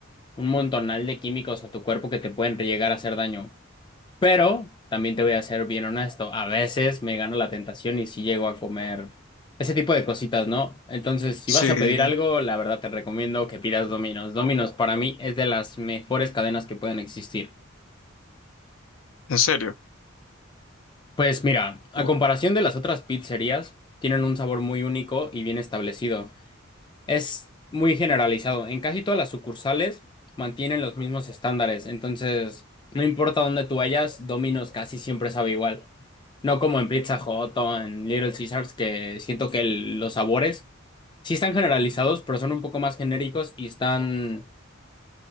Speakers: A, on the left (about 25°); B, on the left (about 75°).
A: un montonal de químicos a tu cuerpo que te pueden llegar a hacer daño. Pero también te voy a ser bien honesto, a veces me gano la tentación y sí llego a comer ese tipo de cositas, ¿no? Entonces, si
B: Sí,
A: vas a pedir algo, la verdad te recomiendo que pidas Domino's. Domino's para mí es de las mejores cadenas que pueden existir.
B: en serio.
A: Pues mira, a
B: Tú.
A: comparación de las otras pizzerías, tienen un sabor muy único y bien establecido. Es muy generalizado. En casi todas las sucursales mantienen los mismos estándares. Entonces, no importa dónde tú vayas, Domino's casi siempre sabe igual. No como en Pizza Hut o en Little Caesars, que siento que el- los sabores sí están generalizados, pero son un poco más genéricos y están